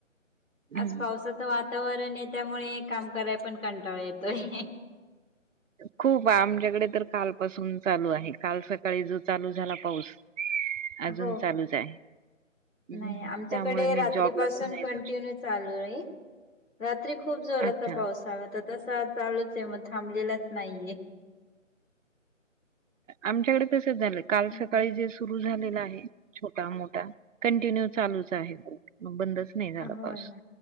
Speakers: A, on the right (about 70°); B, on the left (about 75°).
A: हम्म
B: आज पावसाच वा तावरणे त्यामुळे काम कराय पण कंटाळा येतोय.
A: खूप आमच्याकडे तर कालपासून चालू आहे. काल सकाळी जो चालू झाला पाऊस. अजून
B: हो हो.
A: चालूच आहे. हम्म.
B: नाही आमच्याकडे
A: त्यामुळे मी
B: रात्रीपासून
A: जॉबला पण नाही
B: कंटिन्यू
A: जाऊ
B: चालूय. रात्री खूप जोराचा
A: शकत. अच्छा
B: पाऊस आला त तसा चालूचे. म थांबलेलाच नाहीये.
A: आमच्याकडे तसच झालं. काल
B: हम्म.
A: सकाळी जे सुरु झालेलं आहे. छोटा मोठा कंटिन्यू चालूच आहे. म बंदच नाही झाला
B: होय
A: पाऊस.
B: ना.